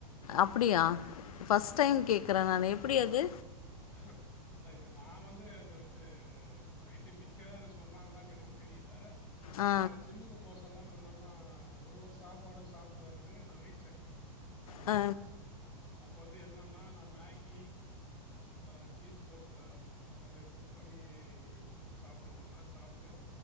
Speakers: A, on the left (about 65°); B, on the left (about 15°).
A: அப்டியா பஸ்ட்
B: ஆமா.
A: டைம் கேக்குறேன் நானு எப்டி அது
B: இல்ல ஏன்னா இது நா வந்து அது வந்து டிபிக்கா இது சொன்னாங்களான்னு எனக்கு தெரில
A: ஆ
B: நா ஜிம்முக்கு போச அப்பெல்லா முன்னெல்லா ஒரு ஒரு சாப்பாடும் சாப்ட்டு வந்து நா வெயிட் செக் பண்ணுவே
A: ஆ
B: அப்போ வந்து என்னன்னா நா மேகி அதுல சீஸ் போட்டு சா அத குக் பண்ணி சாப்டுவோம் ஒரு நாள் சாப்ட்டு